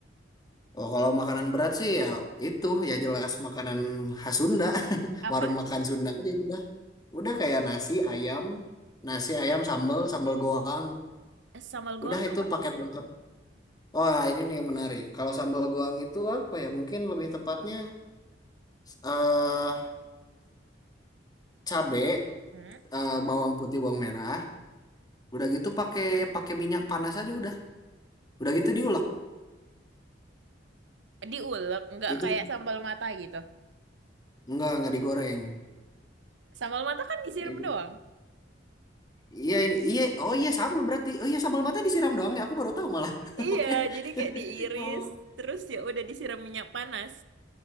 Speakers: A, on the left (about 20°); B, on the right (about 75°).
A: oh kalau makanan berat sih ya itu ya jelas makanan khas Sunda <laughs>
B: Apa?
A: warung makan Sunda aja udah udah kayak nasi ayam nasi ayam sambal sambal goang
B: Sambal goong
A: udah
B: tuh
A: itu
B: apa?
A: paket lengkap Wah ini nih menarik kalau sambal goang itu apa ya mungkin lebih tepatnya eh cabe
B: Hmm?
A: eh, bawang putih bawang merah Udah gitu pakai pakai minyak panas aja udah. Udah gitu diulek.
B: Diulek, nggak
A: Itu
B: kayak sambal mata gitu.
A: enggak enggak digoreng.
B: Sambal mata kan disiram
A: Ini-
B: doang.
A: Iya ini iya oh iya sama berarti. Oh iya sambal mata disiram doang ya. Aku baru tahu malah. <laughs>
B: Iya,
A: Oke.
B: jadi kayak diiris,
A: Oh.
B: terus ya udah disiram minyak panas.